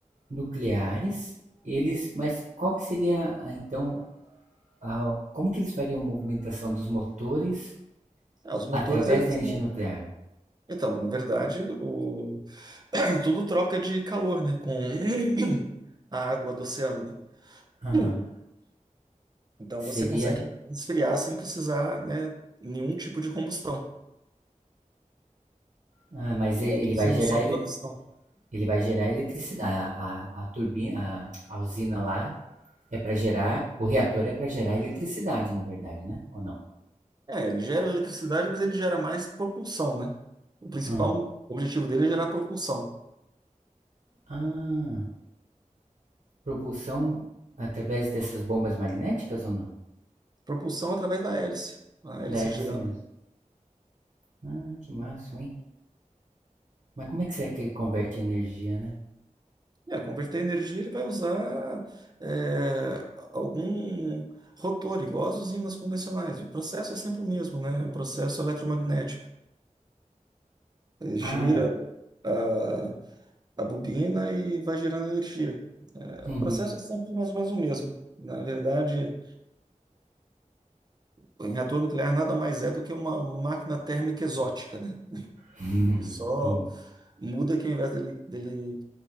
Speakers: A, on the right; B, on the right.
A: nucleares, eles. Mas qual que seria ah, então. a- como que eles fariam a movimentação dos motores
B: Ah, os motores,
A: através
B: eles
A: da energia
B: são...
A: nuclear?
B: Então, na verdade, o... <clears throat> tudo troca de calor, né? Com <clears throat> a água do oceano,
A: Aham.
B: né? Então
A: Seria.
B: você consegue esfriar sem precisar, né, nenhum tipo de combustão.
A: Ah, mas
B: Ele
A: e-
B: é aquecido
A: ele vai gerar
B: só pela
A: ele,
B: pistão.
A: ele vai gerar eletricidade. A, a, a turbina, a, a usina lá é para gerar. O reator é para gerar eletricidade, na verdade, né? Ou não?
B: É, ele gera eletricidade, mas ele gera mais propulsão, né? O principal
A: Ah.
B: objetivo dele é gerar propulsão.
A: Ah. propulsão através dessas bombas magnéticas ou não?
B: Propulsão através da hélice. A hélice
A: Da hélice
B: girando.
A: mesmo. Ah, que máximo, hein? Mas como é que será que ele converte energia, né?
B: É, converter energia, ele vai usar é, algum rotor, igual as usinas convencionais. O processo é sempre o mesmo, né? O processo eletromagnético. Ele gira
A: Ah,
B: ah, a bobina e vai gerando energia. É,
A: uhum.
B: o processo é sempre mais ou menos o mesmo. Na verdade, o reator nuclear nada mais é do que uma máquina térmica exótica, né?
A: <laughs>
B: Ele só
A: Hum,
B: muda que ao invés dele, dele